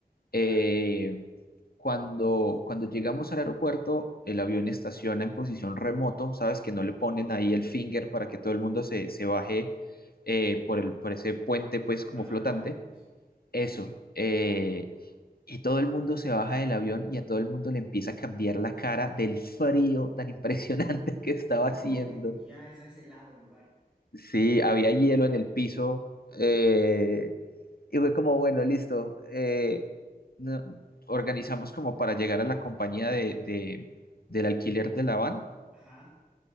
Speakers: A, on the left; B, in the centre.
A: Eh,
B: claro,
A: cuando, cuando llegamos al aeropuerto, el avión estaciona en posición remoto, ¿sabes? Que no le ponen ahí el finger para que todo el mundo se, se baje eh, por el, por ese puente, pues,
B: por
A: como
B: la manga,
A: flotante.
B: digamos.
A: Eso. eh, y todo el mundo se baja del avión y a todo el mundo le empieza a cambiar la cara del frío tan impresionante <laughs> que estaba
B: Uy,
A: haciendo.
B: ya es a ese lado el lugar.
A: Sí, había hielo en el piso.
B: Uf,
A: eh, y fue como, bueno, listo. eh, no- organizamos como para llegar a la compañía de, de- del alquiler de la van
B: ajá,